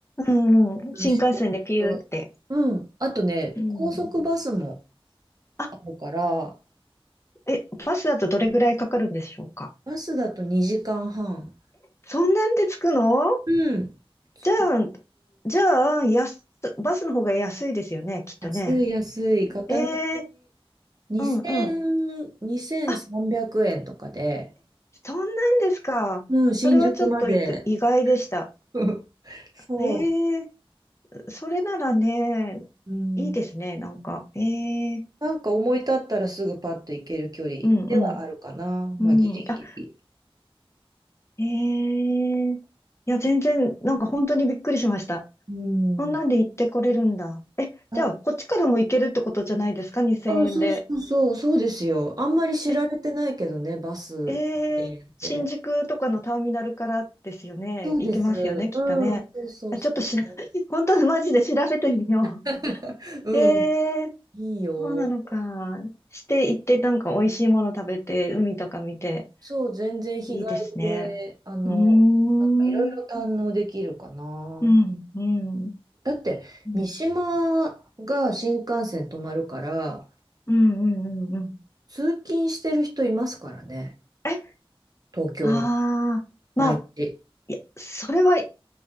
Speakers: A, on the left (about 30°); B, on the right (about 40°).
A: うん、うん。
B: うん週ろく
A: 新幹線でピューって。
B: うん。あとね、
A: うん。
B: 高速バスも
A: あ、
B: あるから、
A: え、バスだとどれぐらいかかるんでしょうか
B: バスだと2時間半。
A: そんなんで着くの
B: うん。着く
A: じゃあ、じゃあ、やすバスの方が安いですよね、きっとね。
B: 安い安い。片道
A: ええ
B: 2000、
A: うんうん。
B: 2300円とかで、
A: あ、そんなんですか。
B: うん、新宿まで。
A: それはちょっといく意外でした。
B: <laughs> そ
A: ええそれならね、
B: う。うん。
A: いいですね、なんか。ええ
B: なんか思い立ったらすぐパッと行ける距離ではあるかな。
A: うんう
B: まあ、
A: ん。
B: ギリギリ。
A: うん。あ、ええいや、全然、なんか本当にびっくりしました。
B: うん。
A: こんなんで行ってこれるんだ。え、
B: あ、
A: じゃあ、こっちからも行けるってことじゃないですか ?2000
B: あ、
A: 円で。
B: そうそうそう、そうですよ。あんまり知られてないけどね、
A: え、
B: バス2
A: ええ新宿とかのターミナルからですよね。
B: 0って。そうです。
A: 行けますよね、きっとね。
B: うん、そうそうそう。
A: あ、ちょっとしら、<laughs> 本当にマジで調べてみよう。
B: <laughs> うん、
A: ええ
B: いいよ。
A: そうなのか。して行って、なんか美味しいもの食べて、海とか見て、
B: そう、全然日帰りで、
A: いいですね。
B: あの、
A: うーん、
B: なんかいろいろ堪能できるかな。
A: うん、うん。
B: だって、
A: うん
B: 三島が新幹線止まるから、
A: うんうんうんうん。
B: 通勤してる人いますからね、
A: え、
B: 東京に、
A: ああ、まあ、
B: 毎日。
A: いや、それは、す